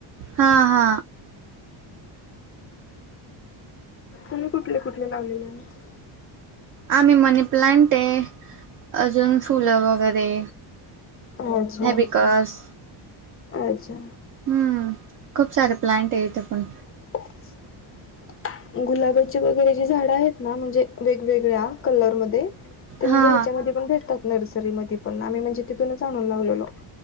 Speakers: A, on the right; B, on the left.
A: हा हा.
B: तुम्ही कुठले कुठले लावलेले आहेत.
A: आम्ही मनी प्लांट आहे अजून फुलं वगैरे
B: अच्छा
A: हॅबिकस
B: अच्छा.
A: हम्म खूप सारे प्लांटये इथे पण
B: <inaudible> गुलाबाची वगैरे जी झाडं आहेत ना म्हणजे वेगवेगळ्या कलरमध्ये ते म्हणजे
A: हा
B: ह्याच्यामध्ये पण भेटतात नर्सरीमध्ये पण आम्ही म्हणजे तिथूनच आणून लावलेलो.